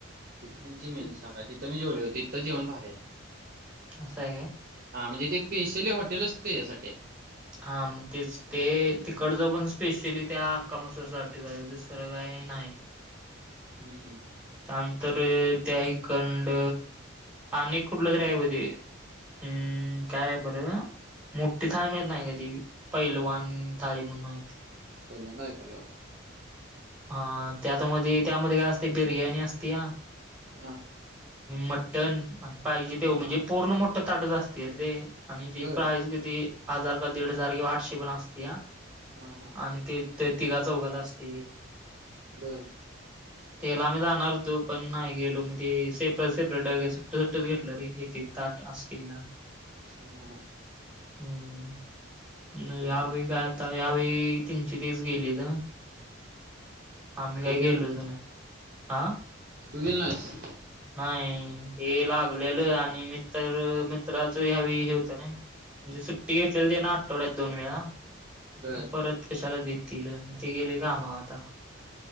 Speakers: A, on the right; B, in the centre.
A: तिथं त्यांची मेन
B: ते
A: शाखा हाय तिथं मी जेवलोय, तिथं जेवण भारी हाय.
B: असं हाय काय.
A: हा म्हणजे ते स्पेशली हॉटेल असते त्यासाठी ये.
B: हां मग तेच. ते तिकडचं पण स्पेशली त्या हक्कामसूर साठी आहे दुसरं काही नाही.
A: हम्म हम्म.
B: थांब तर त्या हि खंड आणि कुठलं तरी आहे बघ ते. हम्म काय आहे बरं. मोठी थाळी, मिळत नाही का ती पैलवान थाई म्हणून आहे ती.
A: पहिल्यांदा ऐकलोय बा
B: हा त्यात मध्ये त्यामध्ये काय असते बिर्याणी असते या.
A: हा
B: मटण आणि पाहिजे तेव म्हणजे
A: हा
B: पूर्ण मोठ ट ताटत असते रे ते आणि ती
A: बर
B: प्राईज किती हजार का दीड हजार किंवा आठशे पण असते ह.
A: हा हा.
B: आणि ती ते तिघा चौघात असते ती.
A: हम्म.
B: तेला आम्ही जाणार होतो पण नाही गेलो मग ते सेपर सेपरेट, वैग असं. तर तर घेतलं रे एक एक ताट अस केला.
A: हा हा
B: हम्म हम्म,
A: शेष
B: नई
A: झाला.
B: या बी काय. आता यावेळी त्यांची तीच गेली ना. आम्ही काही
A: तू गेला
B: गेलोचं
A: नाहीस
B: नाही हा
A: तू गेली नाहीस?
B: नाही हे लागलेलं आणि मित्र मित्राच ह्यावळी हे होतं नाही. म्हणजे सुट्टी घेतलेली तेन आठवड्यात दोन वेळा
A: बर
B: मग परत. कशाला देतील, मग ते गेले कामावर आता.